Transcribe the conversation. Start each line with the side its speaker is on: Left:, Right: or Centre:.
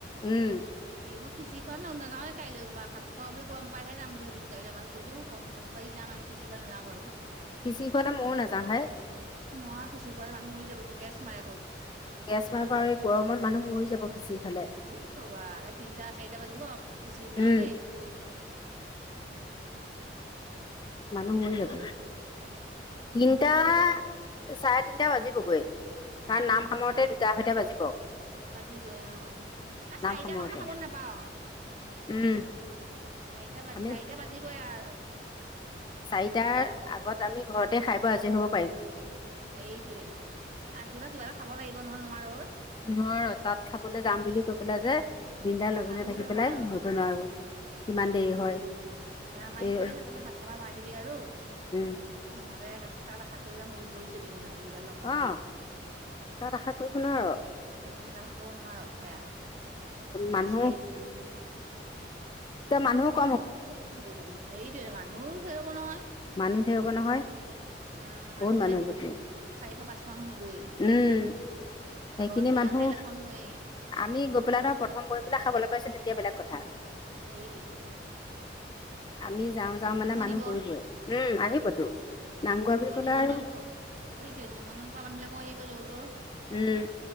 Left: উম
Right: মই খিচিৰি খোৱা নে নাযাৱে কাইলৈ ভাত খোৱা বুলি পাইহে যাম বুলি ভাবিছো কাইলৈ। আমাৰটোক কৈছো কম ভাত খুৱাই যাম আৰু খিচিৰি খোৱালে নাযাও আৰু।
Left: খিচিৰি খোৱালে ময়ো নাযাও ভাই।
Right: নোৱাৰ খিচিৰি খুৱালে মানুহ মৰি যাব গেছ মাৰে হোক
Left: গেছ মাৰে বাৰু এই গৰমত মানুহ মৰি যাব খিচিৰি খালে।
Right: সেই তিনিটা চাৰিটা বাজিব খিচিৰি বিলাওঁতেই
Left: উম মানুহ মৰি যাব
Right: <unintelligible>
Left: তিনটা চাৰে তিনটা বাজিবগৈ। কাৰণ
Right: উম
Left: নাম সামৰোতে
Right: চাৰে
Left: দুটা
Right: <unintelligible>
Left: আঢ়ৈটা বাজিব
Right: বাজিবই আ।
Left: নাম
Right: চাৰিটা
Left: সামৰোতে
Right: ক'লে খাবলৈ নাপাও আ।
Left: উম
Right: চাৰিটা বাজ
Left: আমি
Right: চাৰিটা বাজিবই আৰু।
Left: চাৰিটাৰ
Right: ভাত
Left: আগত আমি ঘৰতে খাই বৈ আজৰি হ'ব পাৰিম।
Right: সেইটোয়ে ধ ৰাতিপুৱা কিবা এটা খাব লাগিব নহলে নোৱাৰো অই
Left: নোৱাৰ তাত খাবলৈ যাম বুলি কৈ পেলাই যে দিনদাৰ
Right: আশা
Left: লগঘনীয়া
Right: কৰি থাকিব
Left: থাকি পেলাই
Right: নোৱাৰ
Left: ধৰিব নোৱাৰো কিমান দেৰি হয়
Right: অ আমাৰ ই
Left: এই
Right: কৰিয় তছে ভাত খাবা নোৱাৰিবি আৰু
Left: উম
Right: নহলে তাত তাত আশা কৰিবা ম মৰি যাবি নহ'লে দিনডাল লঘনে
Left: অ
Right: থাকি
Left: তাত আশা কৰিব নোৱাৰ
Right: উম তাত থাকিব নোৱাৰো সেয়া
Left: মানুহ
Right: আৰু চাৰি <unintelligible>
Left: ত মানুহক
Right: চ <unintelligible> সেইটোৱে মানুহৰো থৈ হব নহয়
Left: মানুহ থে হব নহয়
Right: উম মানুহ
Left: বহুত
Right: চাৰি
Left: হ'বতো
Right: চাৰিশ পাঁচ মানুহ হ'বই
Left: উম সেইখিনি
Right: ভাগৱত বুলি
Left: মানুহ
Right: কয় চাৰি পাঁচশ হয়েই
Left: আমি গৈ পেলাই ত প্ৰথম বহি পেলাই খাবলৈ পাইছো তেতিয়া বেলেগ কথা
Right: সেইটোৱেই ত
Left: আমি যাওঁ যাওঁ মানে মানুহ
Right: আহিব
Left: বহিবই উম আহিবতো নাম গোৱা
Right: য'তো
Left: বুলি কলে
Right: নিমন্ত্ৰণ
Left: আৰু
Right: কৰ সেইটোৱে নিমন্ত্ৰণ কৰা মানুহবিলাকো আহিব যৰ তৰ
Left: উম